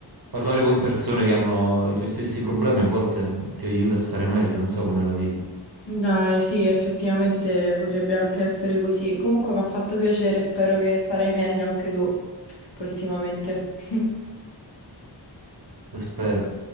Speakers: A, on the right; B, on the left.
A: parlare con persone che hanno i tuoi stessi problemi a volte ti aiuta a stare meglio, non so come la vedi,
B: Dai, sì, effettivamente potrebbe anche essere così. Comunque mi ha fatto piacere, spero che starai meglio anche tu prossimamente. <laughs>
A: lo spero.